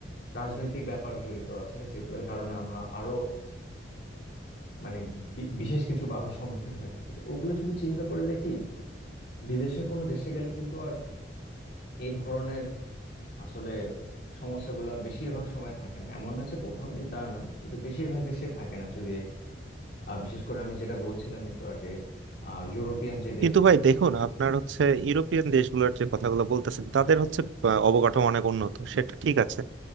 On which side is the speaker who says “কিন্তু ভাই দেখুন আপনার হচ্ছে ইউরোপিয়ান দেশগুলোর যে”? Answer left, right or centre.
Right